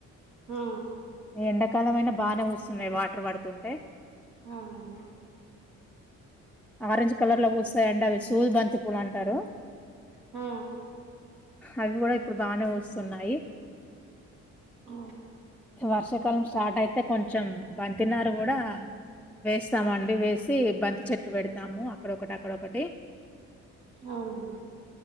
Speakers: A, on the right (about 80°); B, in the centre.
A: ఆ
B: ఎండాకాలం అయినా బాగానే వస్తున్నాయి వాటర్ పడుతుంటే
A: అవునండి
B: ఆరెంజ్ కలర్ లో కూ వస్తాయంండి అవి సూద్ బంతి పూలు అంటారు
A: హా
B: అవి కూడా ఇప్పుడు బానే వస్తున్నాయి
A: ఆ
B: వర్షాకాలం స్టార్ట్ అయితే కొంచెం బంతినారు కూడా వేస్తామ అండి వేసి బంతి చెట్టు పెడతాము అక్కడొకటి అక్కడొకటి
A: అవునడి